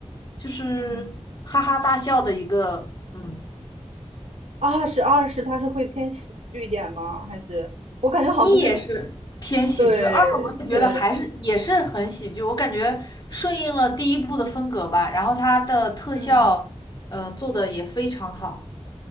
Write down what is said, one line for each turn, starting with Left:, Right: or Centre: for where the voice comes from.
Left: 就是哈哈大笑的一个嗯
Right: 嗯，二是二是它是会偏喜剧一点吗？还是我感觉好像不是，
Left: 一也是偏喜剧，
Right: 对对，
Left: 二我也觉得还是也是很喜剧，我感觉顺应了第一部的风格吧，然后它的特效，
Right: 嗯，
Left: 呃，做的也非常好。